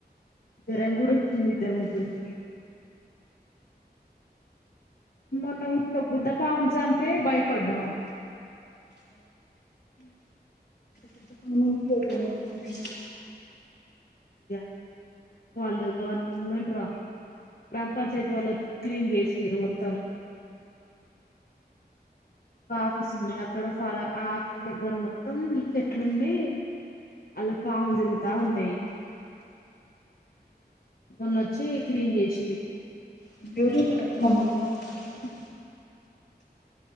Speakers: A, on the left; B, on the left.
A: జరం గూడ వచ్చింది ఇద్దర ముగ్గురికి మొన్న ఉత్త బుడ్డ పావున్ జంపే భయపడ్డాం
B: పెద్ద పని మనిషి ఎదురు వస్తున్నాయి.
A: య వాళ్ళు <unintelligible> మెంటుర గ్రామ్ పంచాయితి వెళ్లొచ్చి క్లీన్ జేషీరు మొత్తం క ఆఫీస్ ఉంది అక్కడ ఫరా ఆ ఆఫీస్ దగ్గర మొత్తం చెట్లు ఉంది అళ్లా పావుల్ దిరుగుతా ఉన్నేయ్ మొన్నొచ్చి క్లీన్ జేషీర్
B: <inaudible>